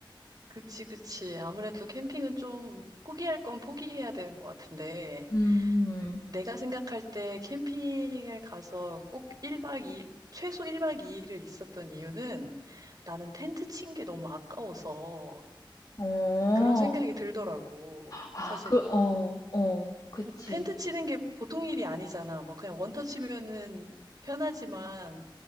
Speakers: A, on the right (about 45°); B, on the left (about 45°).
A: 그치, 그치. 아무래도 캠핑은 좀 포기할 건 포기해야 되는 것 같은데,
B: 음,
A: 내가 생각할 때 캠핑을 가서 꼭 일박 이 일 최소 1박 2일을 있었던 이유는 나는 텐트 친 게 너무 아까워서
B: 어,
A: 그런 생각이 들더라고.
B: 아,
A: 사실
B: 그, 어, 어, 그치.
A: 텐트 치는 게 보통 일이 아니잖아. 뭐 그냥 원터치면은 편하지만